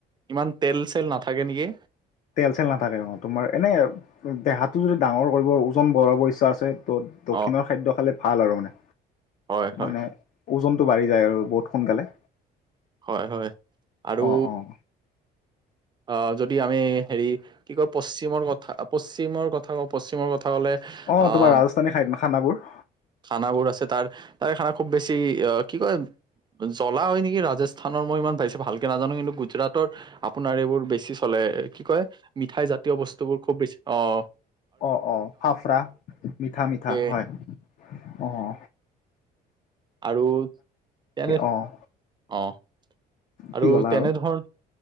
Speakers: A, on the right (about 25°); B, on the left (about 50°).
A: ইমান তেল চেল নাথাকে নেকি।
B: তেল চেল নাথাকে তোমাৰ এনে দেহাটো যদি ডাঙৰ কৰিব ওজন বঢ়াব ইচ্ছা আছে ত'। দক্ষিণৰ
A: অ
B: খাদ্য খালে ভাল আৰু মানে
A: হয় হয়
B: মানে। ওজনটো বাঢ়ি যায় আৰু বহুত সোনকালে।
A: হয় হয় আৰু
B: অ', অ',
A: অহ যদি আমি হেৰি কি কয় পশ্চিমৰ কথা পশ্চিমৰ কথা কওঁ পশ্চিমৰ কথা ক'লে।
B: অহ
A: আহ
B: তোমাৰ ৰাজস্থানী খা খানাবোৰ।
A: খানাবোৰ আছে তাৰ তাৰে খানা খুব বেছি অহ কি কয়। জ্বলা হয় নেকি ৰাজস্থানৰ মই ইমান পাইছোঁ ভালকে নাজানোঁ কিন্তু গুজৰাটৰ। আপোনাৰ এইবোৰ বেছি চলে এ কি কয় মিঠাই জাতীয় বস্তুবোৰ খুব বেছি অহ।
B: অঁ অঁ ফাফৰা মিঠা মিঠা
A: এ
B: হয় অহ।
A: আৰু তেনে
B: অ',
A: অহ আৰু
B: কি ক'লা
A: তেনে ধৰণ।